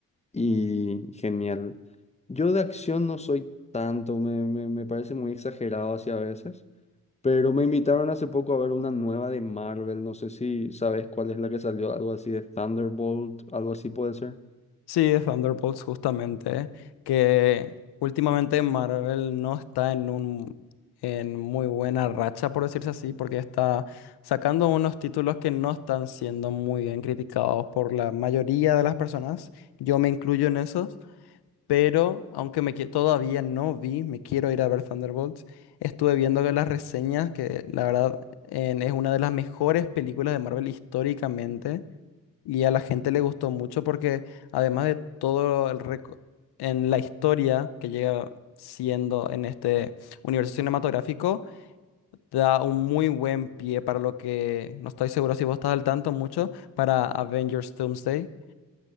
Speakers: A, on the left (about 15°); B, on the left (about 85°).
A: Y genial. Yo de acción no soy tanto, me, me, me parece muy exagerado así a veces, pero me invitaron hace poco a ver una nueva de Marvel, no sé si sabes cuál es la que salió, algo así de Thunderbolt, algo así puede ser.
B: Sí, Thunderbolts, justamente, que últimamente Marvel no está en un, en muy buena racha, por decirse así, porque está sacando unos títulos que no están siendo muy bien criticados por la mayoría de las personas. Yo me incluyo en esos. pero aunque me, qui- todavía no vi, me quiero ir a ver Thunderbolts. Estuve viendo que las reseñas, que la verdad en- es una de las mejores películas de Marvel históricamente, y a la gente le gustó mucho porque además de todo el reco- en la historia que llega siendo en este universo cinematográfico, da un muy buen pie para lo que, no estoy seguro si vos estás al tanto mucho, para Avengers Doomsday.